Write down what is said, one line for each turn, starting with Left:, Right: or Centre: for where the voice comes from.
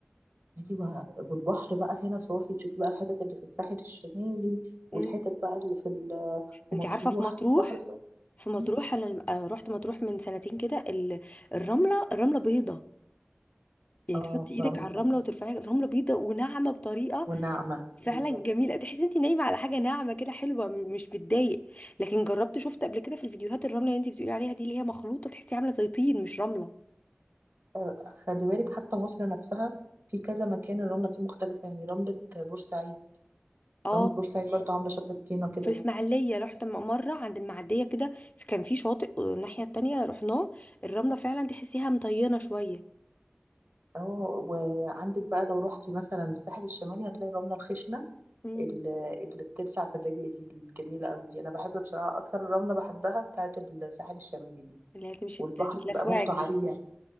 Right: أيوة والبحر بقى هنا صافي تشوفي بقى الحتت اللي في الساحل الشمالي والحتت
Left: امم
Right: بقى اللي في ال- في
Left: انت
Right: مطروح
Left: عارفه في مطروح
Right: البحر صافي
Left: في مطروح
Right: مم.
Left: انا لما- آه، رحت مطروح من سنتين كده ال- الرمله الرمله بيضه يعني
Right: اه
Left: تحطي ايدك
Right: رملة
Left: على الرمله
Right: مطروح
Left: وترفعي الرمله بيضه وناعمه بطريقه
Right: وناعمة بالظبط
Left: فعلا جميله تحسي انت نايمه على حاجه ناعمه كده حلوه م- مش بتضايق لكن جربت شفت قبل كده في الفيديوهات الرمله اللي انت بتقولي عليها دي اللي هي مخلوطه تحسيها عامله زي طين مش رمله
Right: آه، خلي بالك حتى مصر نفسها في كذا مكان الرملة فيه مختلفة يعني رملة بورسعيد
Left: اه
Right: رملة بورسعيد برضو عاملة شبه الطينة كده
Left: في الاسماعيليه رحت م- مره عند المعديه كده كان في شاطئ آه، الناحيه التانيه رحناه الرمله فعلا تحسيها مطينه شويه
Right: اه وعندك بقى لو روحتي مثلا الساحل الشمالي هتلاقي الرملة الخشنة
Left: امم
Right: اللي, اللي بتلسع في الرجل دي الجميلة قوي دي أنا بحب بصراحة أكتر الرملة بحبها بتاعة الساحل الشمالي دي
Left: اللي هي تمشي
Right: والبحر
Left: تل- تلسوعك
Right: بيبقى موجته
Left: دي
Right: عالية